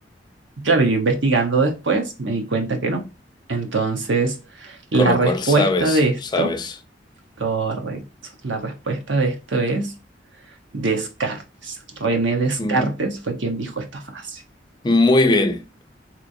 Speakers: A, on the right; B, on the left.
A: Claro, yo investigando después me di cuenta que no. Entonces, la
B: con lo
A: respuesta
B: cual sabes,
A: de esto,
B: sabes.
A: correcto, la respuesta de esto es Descartes. René Descartes
B: Mm,
A: fue quien dijo esta frase.
B: Muy bien,